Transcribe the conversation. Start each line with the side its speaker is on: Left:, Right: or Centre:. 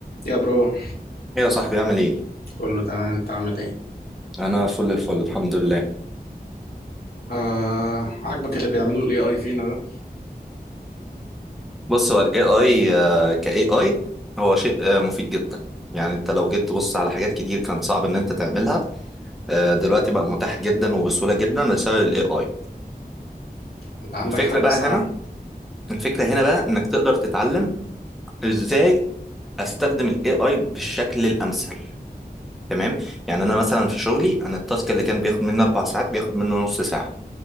Left: يا برو
Centre: ايه يا صاحبي عامل ايه؟
Left: كله تمام انت عامل ايه
Centre: انا فل الفل الحمد لله
Left: آه عاجبك اللي بيعمله الاي اي فينا ده
Centre: بص هو ال AI آه، ك AI هو شيء آه، مفيد جدا يعني انت لو جيت تبص على حاجات كتير كانت صعب ان انت تعملها آه، دلوقتي بقى متاح جدا وبسهولة جدا بسبب ال AI
Left: انت عندك
Centre: الفكرة
Left: حق
Centre: بقى
Left: بصراحة
Centre: هنا الفكرة هنا بقى انك تقدر تتعلم ازاي استخدم ال AI بالشكل الامثل تمام يعني انا مثلا في شغلي انا التاسك اللي كان بياخد مني اربع ساعات بياخد منه نص ساعة